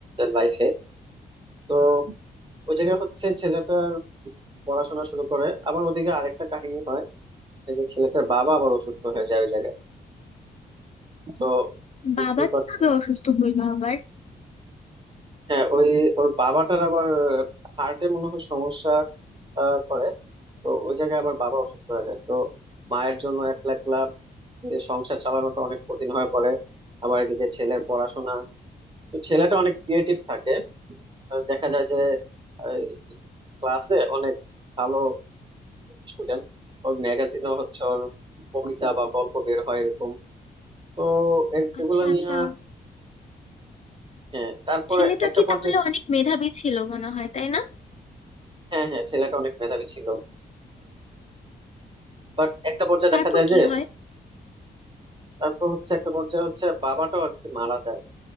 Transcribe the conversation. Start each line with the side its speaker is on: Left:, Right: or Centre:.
Right: লাইফে তো ওই জায়গায় হচ্ছে ছেলেটার পড়াশোনা শুরু করে আবার ওদিকে আরেকটা কাহিনী হয় এই যে ছেলেটার বাবা আবার অসুস্থ হয়ে যায় ওই জায়গায় তো বুঝতেই
Left: বাবা
Right: পারছেন
Left: কিভাবে অসুস্থ হইলো আবার
Right: হ্যাঁ ওই ওর বাবাটার আবার হার্টে মনে হয় সমস্যা আহ, করে তো ওই জায়গায় আবার বাবা অসুস্থ হয়ে যায় তো মায়ের জন্য একলা একলা এ সংসার চালানোটা অনেক কঠিন হয়ে পড়ে আবার এদিকে ছেলের পড়াশোনা তো ছেলেটা অনেক ক্রিয়েটিভ থাকে আহ, দেখা যায় যে এই, ক্লাসে অনেক ভালো স্টুডেন্ট ওর ম্যাগাজিনও হচ্ছে ওর কবিতা বা গল্প বের হয় এরকম তো এ-
Left: আচ্ছা
Right: এগুলো নিয়ে
Left: আচ্ছা
Right: হ্যাঁ তারপরে
Left: ছেলেটা
Right: একটা
Left: কি
Right: পর্যায়ে
Left: তাহলে অনেক মেধাবী ছিল মনে হয় তাই না
Right: হ্যাঁ হ্যাঁ ছেলেটা অনেক মেধাবী ছিল বাট একটা পর্যায়ে
Left: তারপর
Right: দেখা যায়
Left: কি
Right: যে
Left: হয়
Right: তারপর হচ্ছে একটা পর্যায়ে হচ্ছে বাবাটাও আর কি মারা যায়